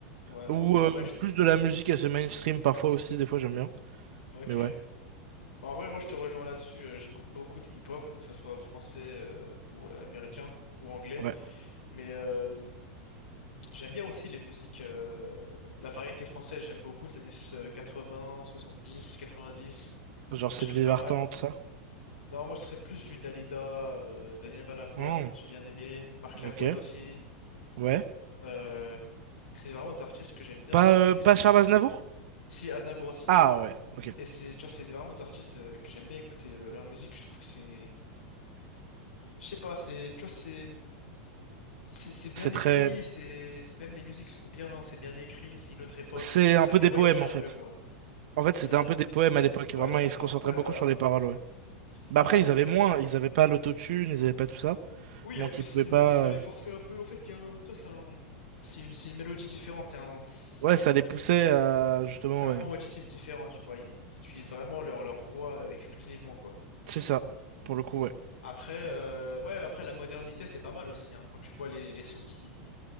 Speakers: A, on the left; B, on the right.
A: Ouais, en
B: Ou
A: vrai,
B: euh,
A: ouais, je-
B: plus de la musique assez mainstream, parfois, aussi, des fois, j'aime bien.
A: ok.
B: Mais ouais.
A: Bah, en vrai, moi, je te rejoins là-dessus. euh, j'écoute beaucoup de hip-hop, que ce soit français euh, ou euh, américain ou anglais.
B: ouais.
A: Mais euh, j'aime bien aussi les musiques, euh, la variété française. J'aime beaucoup les années euh, 80, 70, 90.
B: Genre Sylvie
A: J'aime pas
B: Vartan,
A: mal.
B: tout ça?
A: Non, moi, ce serait plus du Dalida, euh, Daniel Balavoine.
B: Hmm,
A: J'ai bien aimé. Marc Lavoine
B: ok.
A: aussi.
B: Ouais.
A: Euh, c'est vraiment des artistes que j'aime bien.
B: Pas,
A: C'est c'est
B: euh,
A: des musiques.
B: pas Charles Aznavour?
A: Si, Aznavour aussi.
B: Ah ouais, ok.
A: Et c'est, tu vois, c'est vraiment des artistes euh, que j'aime bien écouter euh, leur musique. Je trouve que c'est je sais pas, c'est, tu vois, c'est, C'est c'est bien
B: C'est
A: écrit,
B: très...
A: c'est c'est- même les musiques sont bien, c'est bien écrit, c'est une autre époque.
B: C'est
A: Je trouve que
B: un
A: ça
B: peu
A: fait
B: des
A: voyager
B: poèmes,
A: un
B: en fait.
A: peu quoi.
B: En fait, c'était
A: Il y en
B: un
A: a
B: peu des poèmes
A: certes,
B: à l'époque.
A: ouais,
B: Vraiment,
A: certains,
B: ils se concentraient
A: ouais,
B: beaucoup
A: voilà,
B: sur les paroles, ouais. Bah
A: voilà.
B: après, ils
A: Et puis
B: avaient moins.
A: après,
B: Ils avaient pas l'autotune, ils avaient pas tout ça.
A: oui,
B: Donc,
A: en plus
B: ils
A: ça
B: pouvaient
A: les
B: pas...
A: ça les
B: euh,
A: forçait un peu. En fait, il y a un, tu c'est un- c'est une c'est une mélodie différente, c'est un c'est
B: Ouais, ça
A: un
B: les poussait à... Justement,
A: c'est un
B: ouais.
A: ton auditif différent, tu vois. Ils, ils utilisent vraiment leur leur voix euh, exclusivement quoi.
B: C'est ça. Pour le coup, ouais.
A: Après, euh, ouais, après la modernité c'est pas mal aussi. hein. Quand tu vois les les sons qui